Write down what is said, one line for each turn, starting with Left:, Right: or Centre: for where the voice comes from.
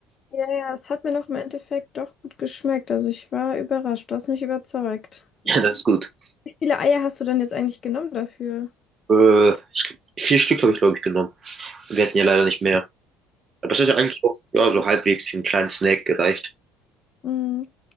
Left: Ja, ja, es hat mir noch im Endeffekt doch gut geschmeckt. Also, ich war überrascht. Du hast mich überzeugt.
Right: Ja, das ist gut.
Left: Wie viele Eier hast du denn jetzt eigentlich genommen dafür?
Right: Äh, ich, vier Stück habe ich, glaube ich, genommen. Wir hatten ja leider nicht mehr. Aber das ist ja eigentlich auch ja, so halbwegs für einen kleinen Snack gereicht.
Left: Mhm.